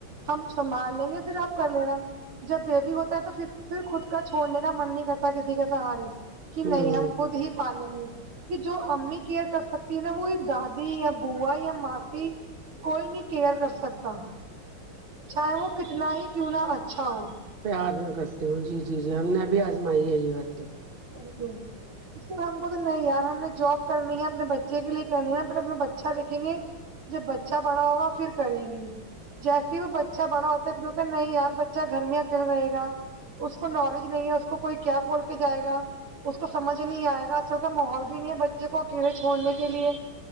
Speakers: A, on the right; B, on the right.
A: ہم سنبھال لیں گے پھر آپ کر لینا جب بیبی ہوتا ہے تو پھر پھر خود کا چھوڑنے کا من نہیں کرتا کسی کے سہارے
B: ہوں
A: کہ نہیں ہم خود ہی پالیں گے کہ جو امی کیئر کر سکتی ہے نا وہ دادی یا بوا یا ماسی کوئی نہیں کیئر کر سکتا چاہے وہ کتنا ہی کیوں نہ اچھا ہو
B: پیار میں کرتی ہوں جی جی جی ہم نے ابھی آزمائی ہے یہ بات تو
A: صحیح تم اس میں ہم کو تو نہیں یار ہم نے جاب کرنی ہے اپنے بچے کے لیے کرنی ہے پھر اپنا بچہ دیکھیں گے جب بچہ بڑا ہوگا پھر کریں گے جیسے ہی وہ بچہ بڑا ہوتا ہے تو نہیں یار ب چہ گھر میں اکیلا رہے گا اس کو نالج نہیں ہے اس کو کوئی کیا بول کے جائے گا اس کو سمجھ نہیں آئے گا آج کال کا ماحول بھی نہیں ہے ب چے کو اکیلے چھوڑنے کے لیے